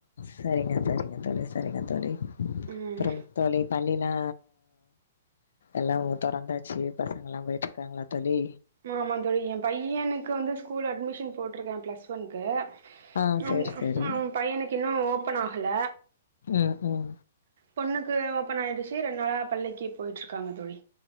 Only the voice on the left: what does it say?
சரிங்க சரிங்க தோழி சரிங்க தோழி
அப்பறம் தோழி பள்ளிலா எல்லாம் தெறந்தாச்சு பசங்க எல்லா போயிட்டு இருக்காங்களா தோழி
ஆ சேரி
சேரி
ம் ம்